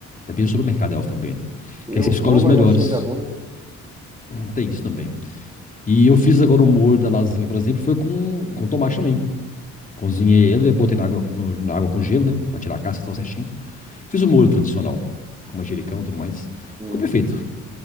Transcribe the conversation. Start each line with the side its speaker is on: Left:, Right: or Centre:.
Left: Depende do supermercado, é óbvio também, né?
Right: Eu
Left: Que aí você escolhe
Right: vou,
Left: os
Right: mas
Left: melhores.
Right: já chega ruim.
Left: Hum, Tem isso também. E eu fiz agora o molho da lasanha, por exemplo, foi com, com tomate também. Cozinhei ele, né, botei na água, no- na água com gelo, né? Pra tirar a casca e tal certinho. Fiz o molho tradicional, com manjericão e tudo mais.
Right: Uhum.
Left: Ficou perfeito.